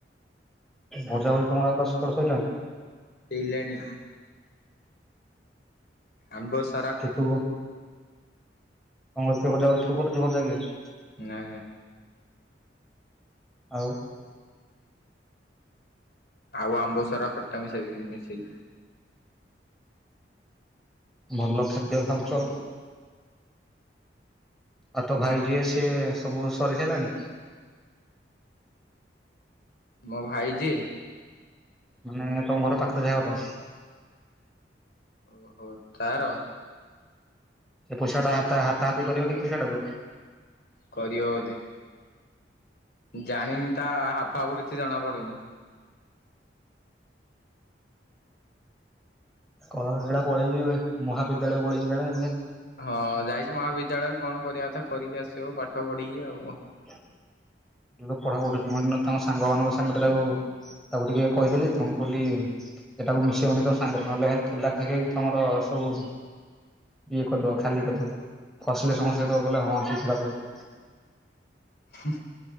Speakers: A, in the centre; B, on the left.
A: ଭଜା ଭଜି <inaudible> ତୋମର ଆକା ସକାଳୁ ସୋଇଲାଣି?
B: ହେଲାଣି। ଆମ୍ବସ୍
A: କେ ତୁ ଅମର ଭଜା ତୁ କରୁଛୁ ଭଜା ଗି ଆଉ।
B: ନା।
A: ଆଉ।
B: ଆଉ ଆମ୍ବ ସରା ଖଟା ମିଶେଇବିକି ମିଶେଇ।
A: ଭଲ ଖାଦ୍ୟ ଖାଉଚ ଆଉ। ଆଉ ତୋ ଭାଇ ଯିଏ ସିଏ ସବୁ ସରି ସାଇଲାଣି।
B: ମୋ ଭାଈ ଯିଏ।
A: ମାନେ ତମ ଘର ପାଖରେ ଯା ଘର।
B: ଓହୋ ତାର।
A: ସେ ପଇସା ଟା ହାତ ହାତି କରିବ ନି କି ପଇସା ଟାକୁ।
B: କରିବ ବୋଧେ। ଜାଣିନି ତା ହାବ ଭାବ କିଛି ଜଣା ପଡୁନି।
A: କହ ସେଟା ପଳେଇଛି ମହାବିଦ୍ୟାଳୟ ପଳେଇଛି କାଳେ ଏଇନେକେ।
B: ହଁ ଯାଇଛି ମହାବିଦ୍ୟାଳୟ କଣ କରିବା କଥା କରିକି ଆସିବ ପାଠ ପଢିକି ଆଉ।
A: କ <inaudible> ଯଉ ତ ପଢା ପଢୁଛି ମୁଁ ହେଦିନ ତାଙ୍କ ସାଙ୍ଗମାନାଙ୍କ ସାଙ୍ଗ ତେରେ ଆଉ ତାକୁ ଟିକେ କହିଦେଲି ତ ମୁଁ କହିଲି। ଏଟାକୁ ମିଶେଇବନି ତ ସାଙ୍ଗେରେ ନହଲେ ଖାଲି ପୁଲା ଖାଇ ଖାଇ ତମର ସବୁ। ଇଏ କରିଦବ ଖାଲି କର ଦବ ହସିଲେ ସମସ୍ତେ ତ କହିଲେ ହଁ ଠିକ କଥା ସବୁ।
B: ହୁ।